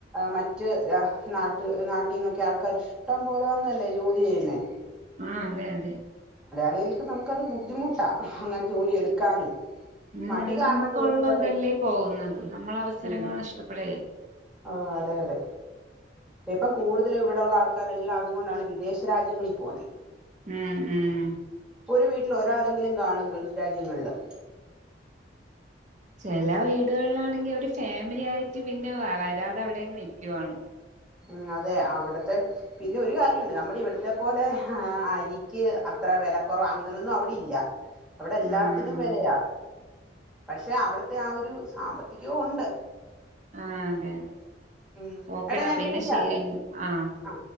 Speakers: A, in the centre; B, on the right.
A: മറ്റ് നാട്ട് നാട്ടിൽന്നൊക്കെ ആൾക്കാർ ഇഷ്ടം പോലെ വന്നല്ലേ ജോലി ചെയ്യുന്നേ
B: ആഹ് അതെ അതെ
A: പക്ക് നമുക്കത് ബുദ്ധിമുട്ടാ അങ്ങനെ ജോലിയ എടുക്കാനും
B: ഉം
A: മടി കാരണം
B: നമുക്കുള്ള
A: ജോലിക്ക് പോവാത്ത
B: ഇതല്ലേ പോകുന്നത് നമ്മളെ അവസരങ്ങൾ
A: ഉം
B: നഷ്ടപ്പെട
A: ആഹ് അതെ അതെ ഇപ്പം കൂടുതലും ഇവിടെള്ള ആൾക്കാരെല്ലാം അതും കൊണ്ടാണ് വിദേശ രാജ്യങ്ങളിൽ പോന്നുന്നത്
B: ഉം ഉം
A: ഒരു വീട്ടിൽ ഒരാളെങ്കിലും കാണും ഗൾഫ് രാജ്യങ്ങളില്
B: ചില വീടുകളിലാണെങ്കിൽ അവര് ഫാമിലി ആയിട്ട് പിന്നെ വരാതെ അവിടെയങ്ങ് നൽക്കുവാണ്
A: ഉം അതെ അവിടത്തെ പിന്നെ ഒരു കാര്യമുണ്ട് നമ്മുടെ ഇവിടത്തെ പോലെ ആ അരിക്ക് അത്ര വിലക്കുറവ അങ്ങനൊന്നും അവിടെ ഇല്ല അവിടെ എല്ലാത്തിനും
B: ആഹ് ആഹ്
A: വിലയാ പക്ഷെ അവിടുത്തെ ആ ഒരു സാമ്പത്തികവും ഉണ്ട്
B: ആഹ് അതെ അതെ
A: ഉം
B: ഓക്കെടാ
A: എടാ ഞാൻ
B: പിന്നെ
A: വിളിക്കാവേ
B: ശെരി ആഹ്
A: ആ